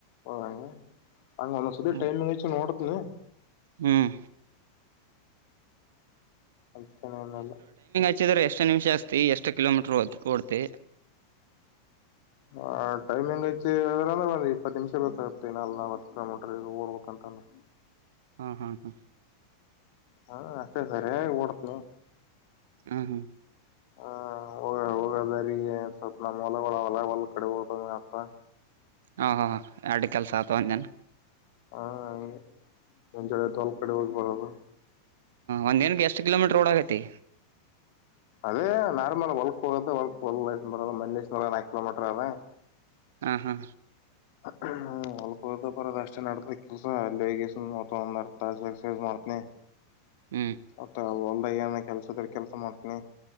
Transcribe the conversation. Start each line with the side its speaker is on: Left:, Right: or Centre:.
Left: ಹಂಗೆ ಹಂಗ ಒಂದ ಸರಿ
Right: ಹ್ಮ್
Left: ಟೈಮಿಂಗ್ ಹಚ್ಚಿ ಒಡ್ತೀನಿ ಲ್ಲ <inaudible>
Right: ಹ್ಮ್
Left: ಅತನನ್ನಲ್ಲ
Right: ಚ್ಚಿದ್ರ ಎಷ್ಟು ನಿಮಿಷ ಅಸ್ತಿ ಎಷ್ಟು ಕಿಲೋಮೀಟರ್ ಓ ಓಡ್ತಿ
Left: ಹ ಟೈಮಿಂಗ್ ಹೆಚ್ಚಿ ಅ ಅಂದ್ರೆ ಒಂದು ಇಪ್ಪತ್ತು ನಿಮಷ ಬೇಕಾಗತ್ತೆ ನಲ್ ನಲ್ವತ್ತು ಕಿಲೋಮೀಟರ್ ಓಡ್ಬೇಕಂತ ಅಂದ್ರೆ
Right: ಹ್ಮ ಹ್ಮ್ ಹ್ಮ್
Left: ಹಾ ಅಷ್ಟೆ ಸರಿ ಓಡತ
Right: ಹ್ಮ ಹ್ಮ
Left: ಹ ಹ ಹೋಗದಾರಿಗೆ ಸ್ವಲ್ಪ ನಮ್ಮ ಹೊಲ ಹೊಲ ಹೊ ಕಡೆ ಹೋದ ಅಂತ
Right: ಹ ಹ ಹ ಅಡು ಕೆಲಸ ಆಗ್ತವಾ ನ್
Left: ಹಾ ಹಗೆ ಒಂಜಡೆ ದೋಲ್ ಕಡೆ ಹೋಗಿ ಬರದು
Right: ಒಂದ್ೇಏನ್ಗೆ ಎಷ್ಟ್ ಕಿಲೋಮೀಟರ್ ಓಳ ಆಗತಿ
Left: ಅದೇ ನಾರ್ಮಲ್ ಹೊಲ್ಕ್ ಹೋದ ಹೊಕ್ ಹೊ ಮ ನಾಕು ಕಿಲೋಮೀಟರ್ ಅದೇ
Right: ಹಾ ಹಾ
Left: ಹ್ಮ ಹೊಲ್ಪ ಹೊದ ಬರೋದ ಅಷ್ಟೇ ನಡತ ಕೆಲ್ಸ ಅಲ್ಲಿ ಹಗ ಒಂದ ತ ಎಕ್ಸರ್ಸೈಸ್ ಮಾಡ್ತನಿ
Right: ಹ್ಮ್
Left: ಅಟಾ ಒ ಬೈಯಾನ ಕೆಲ್ಸದ ಕೆಲಸ ಮಾಡ್ತೀನಿ